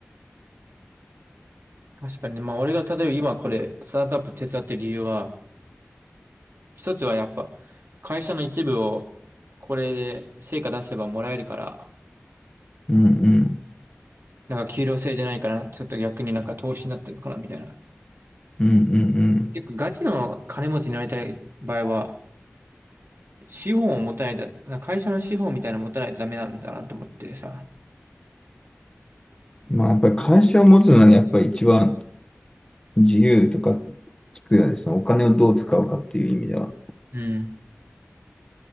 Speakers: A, on the right; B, on the left.
A: 確かにね。まあ俺が例えば今これ、スタートアップ手伝ってる理由は、一つはやっぱ、会社の一部をこれで成果出せばもらえるから、
B: う。うんうん。
A: なんか給料制じゃないから、ちょっと逆になんか投資になってるのかなみたいな。
B: うんうん
A: 結構ガチの金持ちになりたい場合は、資本を持たないと、なんか会社の資本みたいなの持たないとダメなんだなと思ってさ。
B: うん。まあやっぱり会社を持つのはねやっぱり一番自由とか聞くよね、そのお金をどう使うかっていう意味では。
A: うん。